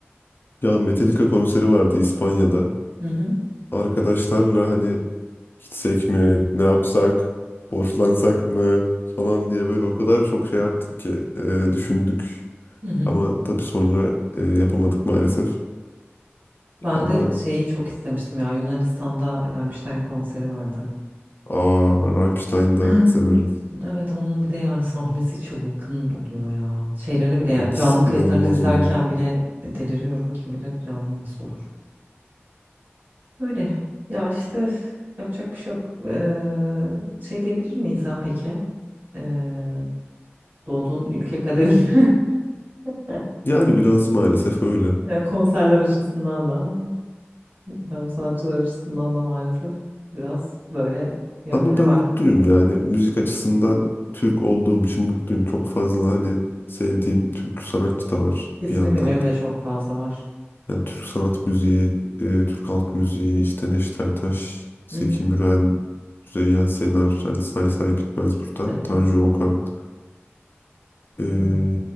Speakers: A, on the left; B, on the right.
A: Ya Metallica konseri vardı İspanya'da.
B: Hı hı.
A: arkadaşlarla hani gitsek mi, ne yapsak, borçlansak mı falan diye böyle o kadar çok şey yaptık ki e, düşündük.
B: Hı hı.
A: Ama tabii sonra e, yapamadık maalesef.
B: Ben
A: Ama
B: de şeyi çok istemiştim ya Yunanistan'da Rammstein konseri vardı.
A: aa Rammstein'i de
B: Hmm,
A: severim.
B: Evet onun bir de yani sahnesi çılgın oluyor ya. Şeylerini bile yani
A: Evet
B: canlı kayıtlarını
A: inanılmaz
B: izlerken
A: oluyor.
B: bile deliriyorum. Kim bilir canlı nasıl olur. Öyle ya işte üf, yapacak bir şey yok. Ee, şey diyebilir miyiz ya peki? Ee, doğduğun ülke kaderinde <laughs>
A: Yani biraz maalesef öyle.
B: yani konserler açısından da hem sanatçılar açısından da maalesef biraz böyle yönleri
A: Ama ben
B: var.
A: mutluyum yani müzik açısından Türk olduğum için mutluyum. Çok fazla hani sevdiğim Türk sanatçı da var
B: Kesinlikle
A: bir yandan.
B: benim de çok fazla var.
A: Yani Türk sanat müziği, e, Türk halk müziği, işte Neşet Ertaş, Zeki
B: Hı hı.
A: Müren, Zeyyen Senar, hani say say bitmez burada.
B: Evet.
A: Tanju Okan, e,
B: evet.